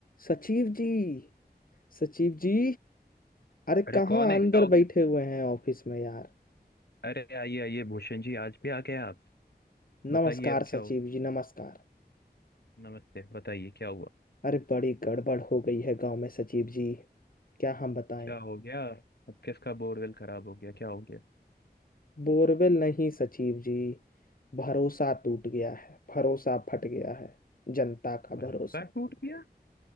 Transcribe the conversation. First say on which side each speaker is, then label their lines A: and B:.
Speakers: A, on the left; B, on the left.
A: सचिव जी सचिव जी अरे
B: अरे
A: कहाँ
B: कौन है
A: अंदर
B: क्या हो गया
A: बैठे हुए हैं ऑफिस में यार
B: अरे आइए आइए भूषण जी आज भी आ गए आप बताइए
A: नमस्कार
B: अब क्या
A: सचिव
B: हो गया
A: जी नमस्कार
B: नमस्ते बताइए क्या हुआ
A: अरे बड़ी गड़बड़ हो गई है गांव में सचिव जी क्या हम बताएं
B: क्या हो गया अब किसका बोरवेल खराब हो गया क्या हो गया
A: बोरवेल नहीं सचिव जी भरोसा टूट गया है भरोसा फट गया है जनता का
B: भरोसा
A: भरोसा
B: टूट गया